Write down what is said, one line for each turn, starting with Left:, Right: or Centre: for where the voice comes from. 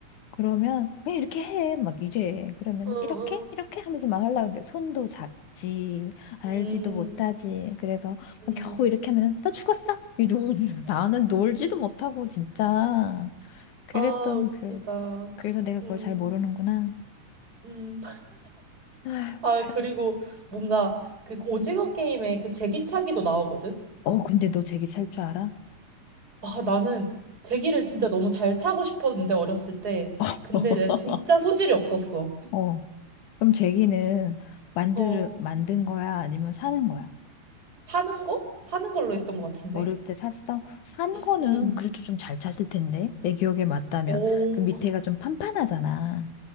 Left: 그러면, 그냥 이렇게 해. 막 이래. 그러면,
Right: 어, 어.
Left: 이렇게? 이렇게 하면서 막 하려고 하는데, 손도 작지, 알지도
Right: 음,
Left: 못하지. 그래서, 막
Right: 음.
Left: 겨우 이렇게 하면은, 나 죽었어? 이러고, <laughs> 나는 놀지도 못하고, 진짜. 그랬던
Right: 아, 웃기다.
Left: 그, 그래서 내가 그걸
Right: 음,
Left: 잘 모르는구나.
Right: 음.
Left: 아휴,
Right: 아,
Left: 그래.
Right: 그리고 뭔가 그 오징어 게임에 그 제기차기도 나오거든?
Left: 어, 근데 너 제기 살 줄 알아?
Right: 아, 나는 제기를 진짜 너무 잘 차고 싶었는데, 어렸을 때.
Left: <laughs>
Right: 근데 내가 진짜 소질이 없었어.
Left: 어. 그럼 제기는 만들,
Right: 어,
Left: 만든 거야? 아니면 사는 거야?
Right: 사는 거? 사는 걸로 했던 것 같은데?
Left: 어렸을 때 샀어? 산
Right: 음,
Left: 거는
Right: 음.
Left: 그래도 좀 잘 찾을 텐데. 내 기억에 맞다면.
Right: 오,
Left: 그 밑에가 좀 판판하잖아.